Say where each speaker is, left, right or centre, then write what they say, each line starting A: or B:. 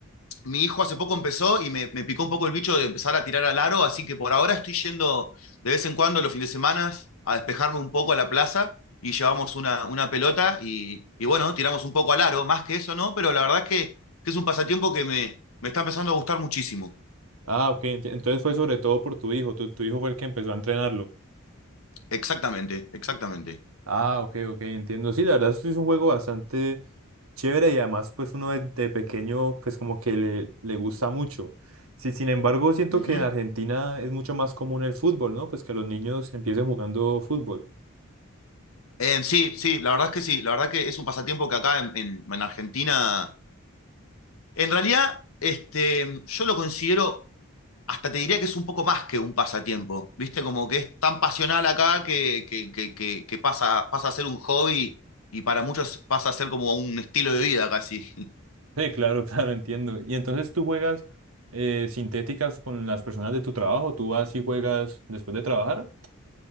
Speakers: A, on the left (about 85°); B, on the right (about 85°).
A: mi hijo hace poco empezó y me, me, picó un poco el bicho de empezar a tirar al aro, así que por ahora estoy yendo de vez en cuando los fines de semana a despejarme un poco a la plaza y llevamos una, una pelota y, y, bueno, tiramos un poco al aro, más que eso, ¿no? Pero la verdad es que, que es un pasatiempo que me, me, está empezando a gustar muchísimo.
B: Ah, ok. enti- Entonces fue sobre todo por tu hijo. Tu, tu hijo fue el que empezó a entrenarlo.
A: Exactamente, exactamente.
B: Ah, ok, ok, entiendo. Sí, la verdad sí es un juego bastante chévere y además pues uno de, de pequeño pues como que le, le gusta mucho. Sí, sin embargo, siento
A: Uh
B: que
A: -huh.
B: en Argentina es mucho más común el fútbol, ¿no? Pues que los niños empiecen jugando fútbol.
A: eh, sí, sí, la verdad es que sí, la verdad que es un pasatiempo que acá en, en, en Argentina, en realidad, este, yo lo considero hasta te diría que es un poco más que un pasatiempo, ¿viste? Como que es tan pasional acá que, que, que, que, que pasa, pasa a ser un hobby y para muchos pasa a ser como un estilo de vida casi. <laughs>
B: Sí, claro, <laughs> claro, entiendo. Y entonces tú juegas eh, sintéticas con las personas de tu trabajo, tú vas y juegas después de trabajar.